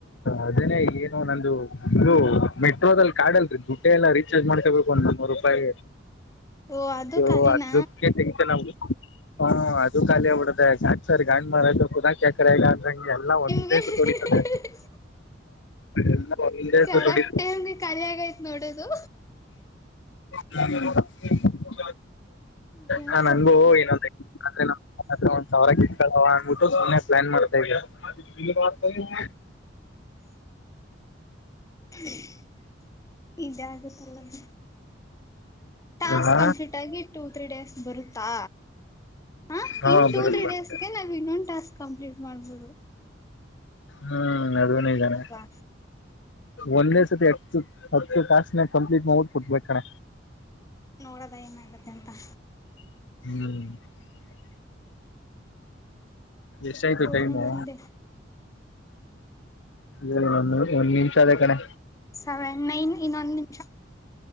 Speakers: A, on the left (about 75°); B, on the left (about 15°).
A: ಅದನೇ ಏನು ನಂದು ಇದು ಮೆಟ್ರೋದಲ್ಲಿ ಕಾಡಲ್ಲಿ ದುಡ್ಡೆ ಎಲ್ಲಾ ರೀಚಾರ್ಜ್ ಮಾಡ್ಕೊಬೇಕು ನೂರು ರೂಪಾಯಿ
B: ಓ ಅದು
A: ಇದು
B: ಖಾಲಿನ
A: ಅದಕ್ಕೆ ತೆಗಿತೆ ನಾವು ಹಾ ಅದು ಖಾಲಿ ಆಗ್ಬಿಡುತ್ತೆ ಚಾರ್ಜರ್ ಹಾಕ್ಬಾರ್ದು ಅಂತ ಗೊತ್ತಾಗಲ್ವಾ ಚಕರೆ ಇಲ್ಲ ಅಂದ್ರೆ ಎಲ್ಲಾ ಒಂದೇ
B: ಈ ಈ ಈ
A: ಸತಿ ಹೊಡಿತದೆ ಎಲ್ಲ ಒಂದೇ
B: ಕರೆಕ್ಟ್
A: ಸತಿ ಹೊಡಿತದೆ
B: ಟೈಮ್ ಖಾಲಿ ಆಗೈತ್ ನೋಡೋದು
A: ಹ್ಮ
B: ಬೇಜಾರ್
A: ಹಾಂ ನಂಗೂ ಇದೊಂದು <inaudible> ಒಂದ್ ಸಾವರ. ಅದು ಅಂದಬುಟುದ ಹಂಗೆ ಪ್ಲಾನ್ ಮಾಡ್ತಾ ಇದ್ದೆ. ಈ ಬಾಸ್ ಸಯಿಯೇ
B: <unintelligible> ಇದಾ ಆಗುತಲಮ್ಮ. ಟಾಸ್ಕ್
A: ಹಾ
B: ಕಂಪ್ಲೀಟ್ ಆಗಿ ಟು ತ್ರೀ ಡೇಸ್. ಬರುತ್ತಾ ಹ
A: ಹಾಂ
B: ಇನ್ ಟೂ
A: ಬರುತ್ತೆ
B: ತ್ರಿ ಡೇಸ್ಗೆ ನಾವು ಇನ್ನೊಂದ್. ಟಾಸ್ಕ್ ಕಂಪ್ಲೀಟ್ ಮಾಡ್ಬೋದು.
A: ಹ್ಮ ಹ್ಮ ಅದು ನಿಜಾನೆ
B: ಅಲ್ವಾ
A: ಒಂದೇ ಸತಿ ಎ ಹತ್ತು ಟಾಸ್ಕ್ ಕಂಪ್ಲೀಟ್ ಮಾಡದ ಕೊಟ್ಬೇಕ ಕಣ
B: ನೋಡದ ಎನ್ ಆಗತಂತಾ.
A: ಹ್ಮ್
B: ನಾನೀಗ
A: ಎಷ್ಟ ಆಯಿತು
B: ಪೂರ್ಣಗ್
A: ಟೈಮು.
B: ಒಂದೆ
A: ಇಲ್ಲ ಒಂದು ಒಂದು ನಿಮಿಷ ಅದ ಕಣೆ
B: ಸೆವೆನ್ ನೈನ್ ಗೆ ಇನ್ನೊಂದು ನಿಮಿಷ